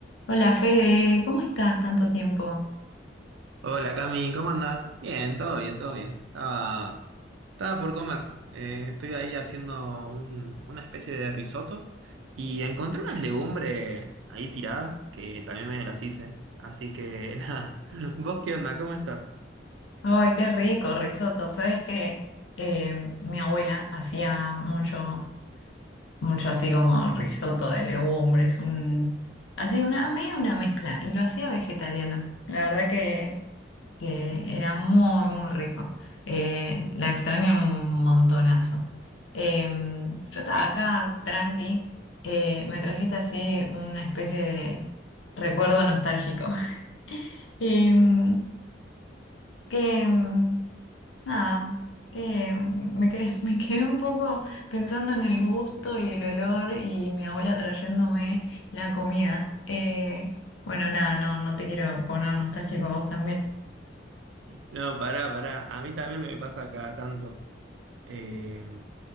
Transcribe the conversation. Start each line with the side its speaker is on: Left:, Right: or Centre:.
Left: Hola Fede, ¿cómo estás tanto tiempo?
Right: Hola Cami, ¿cómo andás? Bien, todo bien, todo bien. Estaba, estaba por comer. Eh, estoy ahí haciendo un- una especie de risotto y encontré unas legumbres ahí tiradas que también me las hice. Así que <laughs> nada, ¿vos qué onda? ¿Cómo estás?
Left: Ay, qué rico, risotto. ¿Sabes qué? Eh, mi abuela hacía mucho, mucho así como risotto de legumbres, un, así una, medio una mezcla, y lo hacía vegetariano. La verdad que, que era muy, muy rico. Eh, la extraño un montonazo. Em, yo estaba acá tranqui, eh, me trajiste así una especie de recuerdo nostálgico. <laughs> Em, que mm, nada, que mm, me quedé, <laughs> me quedé un poco pensando en el gusto y el olor y mi abuela trayéndome la comida. Eh, bueno, nada, no, no te quiero poner nostálgico a vos también.
Right: No, pará, pará. A mí también me pasa cada tanto. Eh,